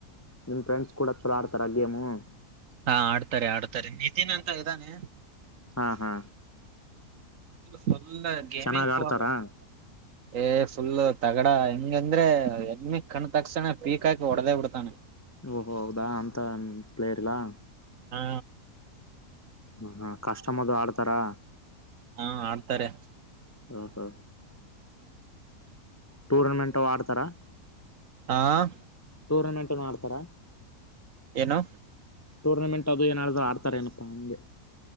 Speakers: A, on the left (about 25°); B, on the right (about 60°).
A: ನಿಮ್ಮ ಫ್ರೆಂಡ್ಸ್ ಕೂಡ ಚುಲೋ ಹಾಡ್ತಾರ ಗೇಮು.
B: ಹಾ ಹಾಡ್ತಾರೆ ಹಾಡ್ತಾರೆ ನಿತಿನ್ ಅಂತ ಇದಾನೆ.
A: ಹಾ ಹಾ.
B: ಫುಲ್ ಗೆಮಿಂಗ
A: ಚೆನ್ನಾಗ್ ಆಡ್ತಾರಾ
B: ಫೋನ್.
A: <inaudible>
B: ಏ ಫುಲ್ ತಗಡಾ ಹೆಂಗ ಅಂದ್ರೆ ಎಮ್ಮಿಗ್ ಕಣ್ ತಕ್ಷಣ ಪೀಕ್ ಹಾಕಿ ಹೊಡದೇ ಬಿಡ್ತಾನೆ.
A: ಓಹೋ ಹೌದಾ ಅಂತ ಪ್ಲೇರ್ಲ್ಲಾ.
B: ಹಾ.
A: ಹ ಹ ಕಷ್ಟಮದು ಹಾಡ್ತಾರಾ.
B: ಹಾ ಹಾಡ್ತಾರೆ.
A: ಹಾ ಹಾ. ಟೂರ್ನಮೆಂಟು ಆಡ್ತಾರಾ.
B: ಆ.
A: ಟೂರ್ನಮೆಂಟ್ನು ಮಾಡ್ತಾರಾ.
B: ಏನು.
A: ಟೂರ್ನಮೆಂಟ್ ಅದು ಏನಾದ್ರು ಆಡ್ತಾರೆ ಏನಪ್ಪಾ ಅಂದೆ.